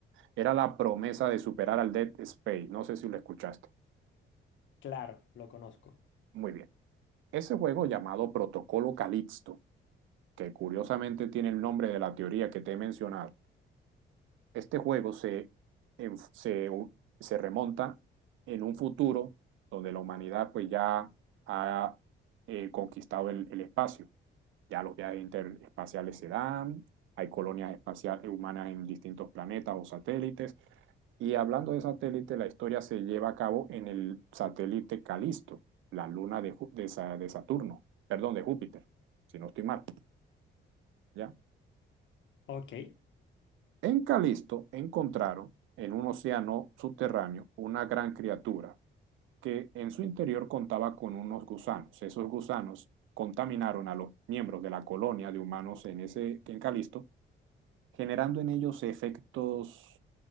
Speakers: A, on the right; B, on the left.
A: era la promesa de superar al Dead Space. No sé si lo escuchaste.
B: Claro, lo conozco.
A: Muy bien. Ese juego llamado Protocolo Calixto, que curiosamente tiene el nombre de la teoría que te he mencionado este juego se, en- se, se remonta en un futuro donde la humanidad pues ya ha eh, conquistado el, el espacio. Ya los viajes interespaciales se dan, hay colonias espaciales humanas en distintos planetas o satélites. Y hablando de satélite, la historia se lleva a cabo en el satélite Calisto, la luna de, Ju- de Sa- de Saturno, perdón, de Júpiter, si no estoy mal, ¿ya?
B: Ok,
A: En Calisto encontraron, en un océano subterráneo, una gran criatura que en su interior contaba con unos gusanos. Esos gusanos contaminaron a los miembros de la colonia de humanos en, ese, en Calisto, generando en ellos efectos